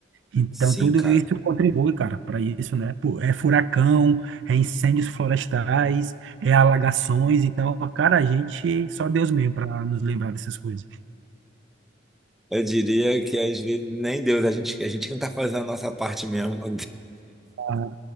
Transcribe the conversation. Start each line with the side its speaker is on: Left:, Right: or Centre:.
Right: Então,
Centre: Sim,
Right: tudo
Centre: cara.
Right: isso contribui, cara, para isso, né? Pô, É furacão, é incêndios florestais, é alagações. Então, cara, a gente, só Deus mesmo para nos livrar dessas coisas.
Centre: Eu diria que às vezes nem Deus, a gente, a gente não tá fazendo a nossa parte mesmo. <laughs>
Right: Ah,